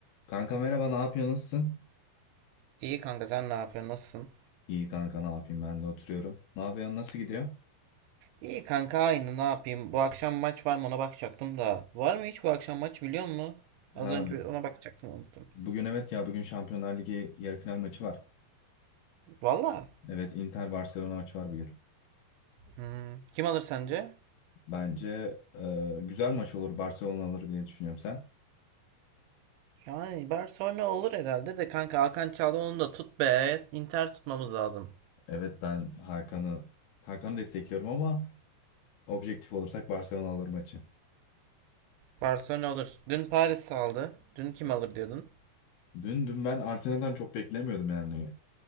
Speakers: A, on the left; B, on the right.
A: Kanka merhaba, ne yapıyorsun? Nasılsın?
B: İyi kanka sen ne yapıyorsun? Nasılsın?
A: İyi kanka, ne yapayım? Ben de oturuyorum. Ne yapıyorsun? Nasıl gidiyor?
B: İyi kanka aynı ne yapayım? Bu akşam maç var mı ona bakacaktım da. Var mı hiç bu akşam maç biliyor musun?
A: Ha,
B: Az önce ona bakacaktım unuttum.
A: bugün evet ya, bugün Şampiyonlar Ligi yarı final maçı var.
B: Valla.
A: Evet, Inter Barcelona maçı var bugün.
B: Hmm, kim alır sence?
A: Bence e, güzel maç olur, Barcelona alır diye düşünüyorum sen.
B: Yani Barcelona olur herhalde de kanka Hakan çaldı onu da tut be. Inter tutmamız lazım.
A: Evet, ben Hakan'ı Hakan'ı destekliyorum ama objektif olursak Barcelona alır maçı.
B: Barcelona olur. Dün Paris aldı. Dün kim
A: E,
B: alır diyordun?
A: Dün dün ben Arsenal'dan çok beklemiyordum yani.